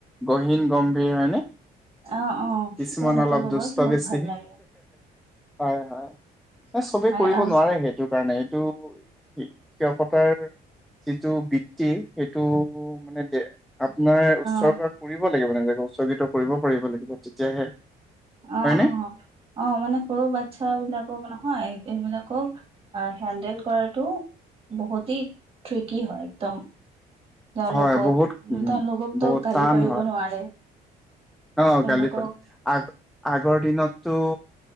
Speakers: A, in the centre; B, on the right.
A: গহীন গম্ভীৰ হয়নে?
B: অ অ
A: কিছুমান
B: তেওঁলোকৰ
A: অলপ,
B: লগত
A: দুষ্ট
B: বহুত
A: বেছি।
B: ভাল লাগে
A: হয়, হয়, চবে
B: আৰু
A: কৰিব
B: আজ
A: নোৱাৰে সেইটো কাৰণে, এইটো শিক্ষকতাৰ, যিটো বৃত্তি সেইটো মানে দে আপোনাৰ, উৎসৰ্গা
B: অ
A: কৰিব লাগিব। <unintelligible> উৎসৰ্গিত কৰিব পাৰিব লাগিব, তেতিয়াহে।
B: অ',
A: হয়নে
B: অ', অ', মানে সৰু বাচ্ছা বিলাকো মানে হয়, এইবিলাকক আ, হেণ্ডেল কৰাটো বহুতেই, ট্ৰিকি হয়, একদম। তেওঁলোকক,
A: হয় বহুত উ
B: তেওঁলোককতো,
A: বহুত
B: গালি
A: টান
B: পাৰিব
A: হয়
B: নোৱাৰে।
A: অ',
B: তেওঁলোকক
A: গালি পাৰি, আগ-আগৰ দিনতটো